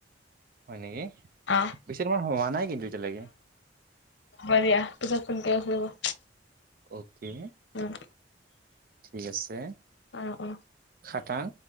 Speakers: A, on the right (about 50°); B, on the left (about 70°).
A: হয় নেকি
B: অ
A: পিছে তোমাৰ হোৱা নাই কিন্তু এতিয়ালেকে
B: হয় দিয়া পিছত ফোন কৰি আছোঁ ৰবা
A: অ'কে
B: উম
A: ঠিক আছে
B: অ অ
A: খাটাং